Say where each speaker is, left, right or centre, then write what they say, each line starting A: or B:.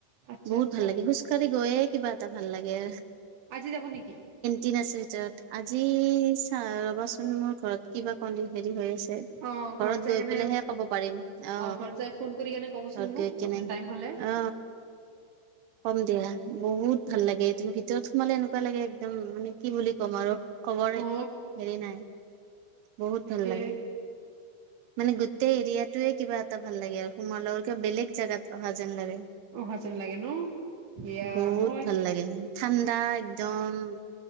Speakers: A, on the right; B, on the right.
A: আচ্ছা
B: বহুত
A: আচ্ছা
B: ভাল লাগে। খোজকাঢ়ি গৈয়ে কিবা এটা ভাল লাগে।
A: সি যাব নেকি?
B: দিন আছে যত্‌, আজি চা ৰ'বাচোন, মোৰ ঘৰত কিবা পানী, হেৰি হৈ আছে।
A: অঁ, ঘৰত যাই
B: গৈ
A: কেনে
B: পেলাইহে
A: অঁ
B: ক'ব পাৰিম অ
A: ঘৰত যাই ফোন কৰি কেনে ক'বচোন
B: ঘৰত
A: মোক,
B: গৈ কেনে
A: আপোনাৰ টাইম হ'লে। <inaudible>
B: অ কম দিয়া, বহুত ভাল লাগে তুমি ভিতৰত সোমালে এনেকুৱা লাগে, একদম মানে কি বুলি ক'ম আৰু কবৰ,
A: অ
B: হেৰি নাই বহুত
A: তাকে
B: ভাল লাগে। মানে গোটেই এৰিয়াটোয়ে কিবা এটা ভাল লাগে আৰু। সোমোৱাৰ লগে কিবা বেলেগ জাগাত অহা যেন লাগে
A: অহা যেন লাগে ন সেয়া
B: বহুত
A: মই
B: ভাল লাগে। ঠাণ্ডা, একদম-